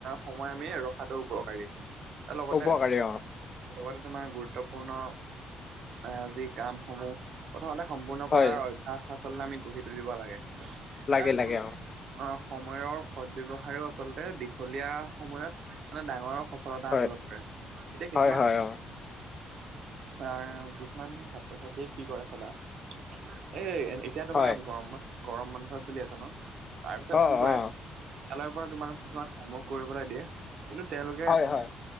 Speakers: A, on the right; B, on the left.
A: সময় আমি ৰখাটো উপকাৰী। তাৰ লগতহে
B: উপকাৰী অ
A: লগতে তোমাৰ গুৰুত্বপূৰ্ণ আজি কাম সমূহ প্ৰথমতে সম্পূৰ্ণ
B: হয়
A: কৰাৰ অভ্যাস আচলতে আমি গঢ়ি তুলিব লাগে। এ
B: লাগে
A: অ
B: লাগে
A: সময়ৰ সদব্যৱহাৰও আচলতে দীঘলীয়া সময়ত মানে ডাঙৰৰ সফলতা
B: হয়
A: আনিব পাৰে। এতিয়া
B: হয়
A: কিছুমান
B: হয় অ
A: অ কিছুমান ছাত্ৰ ছাত্ৰীয়ে কি কৰে চাবা এ এতিয়া তোমাৰ
B: হয়
A: গৰম ব গৰম বন্ধ চলি আছে ন? তাৰপিছত
B: অ
A: কি কৰে?
B: অ
A: কালিৰ পৰা তোমাৰ কিছুমান হমৱৰ্ক কৰিবলই দিয়ে। কিন্তু তেওঁলোকে
B: হয় হয়